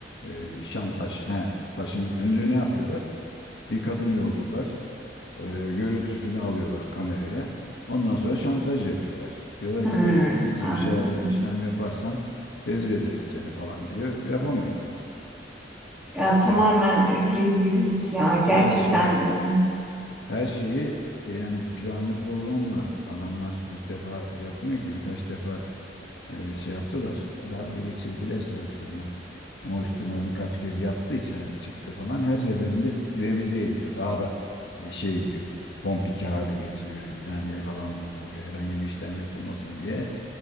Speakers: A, on the left; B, in the centre.
A: e, şantaj. He. Bak Şimdi önce ne yapıyorlar? Bir kadın yolluyorlar. E, görüntüsünü alıyorlar kameraya. Ondan sonra şantaj yapıyorlar. Diyorlar
B: Hmm,
A: ki böyle böyle bize
B: anladım.
A: bir şey işlem yaparsan rezil ederiz seni falan diyor. Yapamıyor adam.
B: Ya tamamen
A: Yani
B: rezillik ya.
A: her
B: Gerçekten
A: şey
B: ıı,
A: her şeyi e, yani planlı programla adamlar ilk defa yapmıyor ki birkaç defa e, şey yaptılar. Darbe geçirdiler soruşturma. Soruşturma birkaç kez yattı içeride çıktı falan. Her seferinde revize ediyor. Daha da e, şey e, komplike hale getiriyor. Yani yakalanmamak, herhangi bir işlem yapılmasın diye.